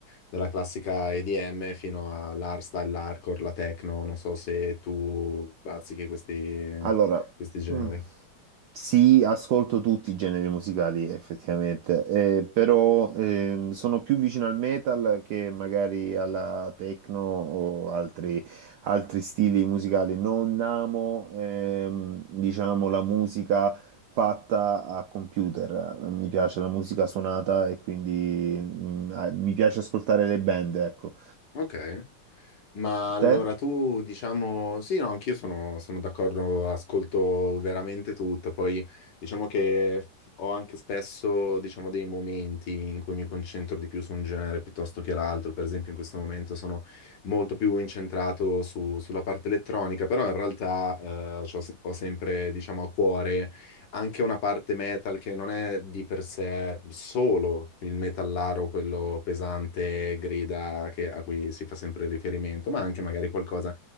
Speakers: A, on the left; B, on the right.
A: dalla classica EDM fino all'hardstyle, l'hardcore, la techno, non so se tu bazzichi questi,
B: Allora,
A: questi generi.
B: mm, Sì, ascolto tutti i generi musicali effettivamente, eh, però ehm, sono più vicino al metal che magari alla techno o altri, altri stili musicali. Non amo, ehm, diciamo, la musica fatta a computer, mi piace la musica suonata e quindi mm, ah, mi piace ascoltare le band, ecco.
A: Ok. Ma allora
B: Te?
A: tu, diciamo, sì, no, anch'io sono, sono d'accordo, ascolto veramente tutto, poi diciamo che f- ho anche spesso, diciamo, dei momenti in cui mi concentro di più su un genere piuttosto che l'altro, per esempio in questo momento sono molto più incentrato su- sulla parte elettronica, però in realtà eh, c'ho se- ho sempre, diciamo, a cuore anche una parte metal che non è di per sé solo il metallaro, quello pesante, grida che- a cui si fa sempre riferimento, ma anche magari qualcosa